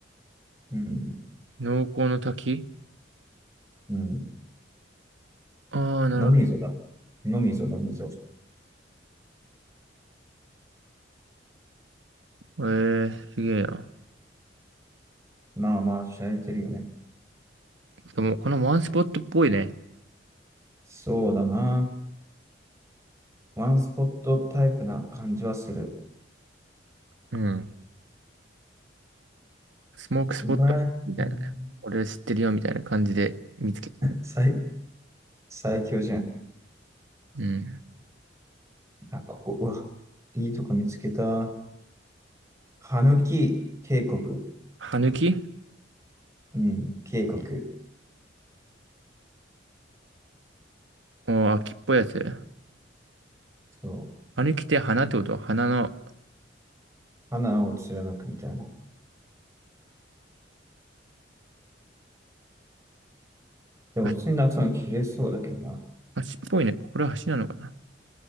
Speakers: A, on the right (about 15°); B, on the right (about 80°).
A: うん。
B: 農耕の滝
A: うん。
B: ああー、なる
A: のみぞだ。のみぞ、のみぞ。
B: ほど。ええすげえな。
A: まあまあ、しゃれてるよね。
B: でも、このワンスポットっぽいね。
A: そうだな。ワンスポットタイプな感じはする。
B: うん。スモークスポットみたいな。
A: 茨城、うん
B: 俺知ってるよみたいな感じで見つけた。
A: 最、最強じゃん。
B: うん。
A: あ、ここ、うわ。いいとこ見つけた。羽き渓谷。
B: 歯抜き
A: うん、渓谷。
B: あー、秋っぽいやつ。
A: そう。
B: あれ着て花ってことは花の、
A: 花を貫くみたいな。でも普通に夏の切れそうだけどな。
B: あ、足っぽいね。これは橋なのかな